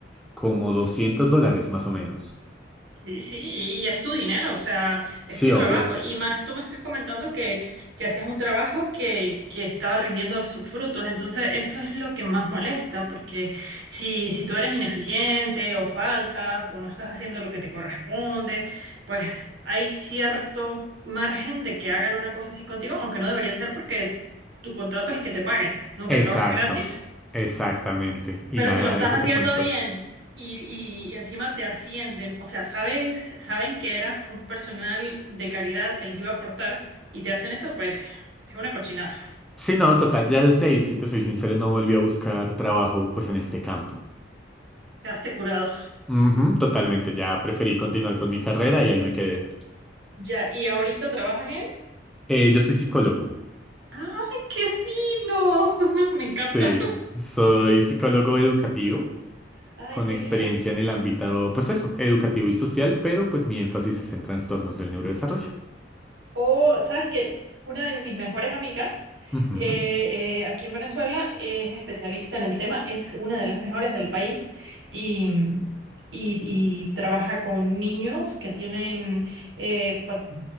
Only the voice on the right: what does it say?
Sí, sí, y es tu dinero, o sea, es
tu trabajo.
Y más, tú me estás comentando que, que hacías un trabajo que, que estaba rindiendo sus frutos, entonces eso es lo que más molesta, porque si, si tú eres ineficiente o faltas o no estás haciendo lo que te corresponde, pues hay cierto margen de que hagan una cosa así contigo, aunque no debería ser porque tu contrato es que te paguen, no
que trabajes gratis.
Pero
si lo estás
haciendo
bien y, y- y encima te ascienden, o sea, sabe- saben que eras un personal de calidad que les iba a aportar y te hacen eso, pues es una cochinada.
Quedaste curado.
Ya, y ahorita trabajas en...
¡Ay, qué fino! <laughs> Me
encanta.
<laughs> ¡Ay,
qué
bien!
O, ¿sabes qué? Una de mis mejores amigas
eh, eh, aquí en Venezuela es especialista en el tema, es una de las mejores del país y, mm, y, y trabaja con niños que tienen eh, pa-